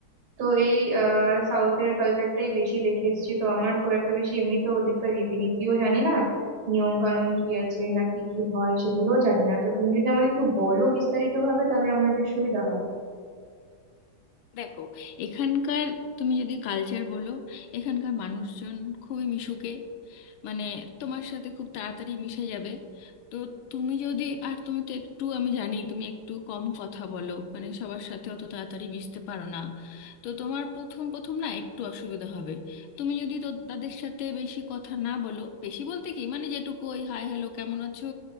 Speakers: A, on the right; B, on the left.
A: তো এই সাউথের কালচারটাই বেশি দেখে এসেছি তো আমার খুব একটা বেশি এমনিতে ওদিককার রীতিনীতিও জানি না নিয়ম কানুন কি আছে নাকি কি হয় সেগুলোও জানি না তো তুমি যদি আমাকে একটু বলো বিস্তারিত ভাবে তাহলে আমার বেশ সুবিধা হয়
B: দেখো এখানকার তুমি যদি কালচার বলো এখানকার মানুষজন খুবই মিশুকে মানে তোমার সাথে খুব তাড়াতাড়ি মিশে যাবে তো তুমি যদি আর তুমি তো একটু আমি জানি তুমি একটু কম কথা বলো মানে সবার সাথে অত তাড়াতাড়ি মিশতে পারো না তো তোমার প্রথম প্রথম না একটু অসুবিধা হবে তুমি যদি তো তাদের সাথে বেশি কথা না বলো বেশি বলতে কি মানে যেটুকু ওই হাই হ্যালো কেমন আছো